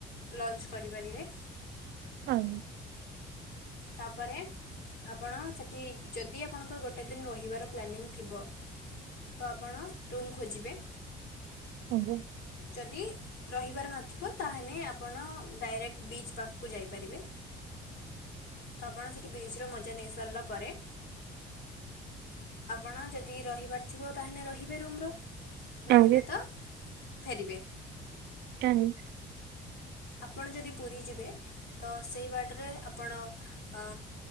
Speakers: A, on the left; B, on the right.
A: ଲଞ୍ଚ କରିପାରିବେ।
B: ହଁ
A: ତାପରେ ଆପଣ ସେଠି ଯଦି ଆପଣଙ୍କର ଗୋଟେ ଦିନ ରହିବାର ପ୍ଲାନିଂ ଥିବ ତ ଆପଣ ରୁମ୍ ଖୋଜିବେ।
B: ହବ
A: ଯଦି ରହିବାର ନଥିବ ତାହେଲେ ଆପଣ ଡାଇରେକ୍ଟ ବିଚ୍ ପାଖକୁ ଯାଇପାରିବେ। ତ ଆପଣ ସେଠି ବିଚର ମଜା ନେଇ ସାରିଲା ପରେ ଆପଣ ଯଦି ରହିବାର ଥିବ ତାହେଲେ ରହିବେ ରୁମର ନହେଲେ
B: ଆଜ୍ଞା ଆଜ୍ଞା
A: ତ ଫେରିବେ।
B: <inaudible>
A: ଆପଣ ଯଦି ପୁରୀ ଯିବେ ତ ସେଇ ବାଟରେ ଆପଣ ଅ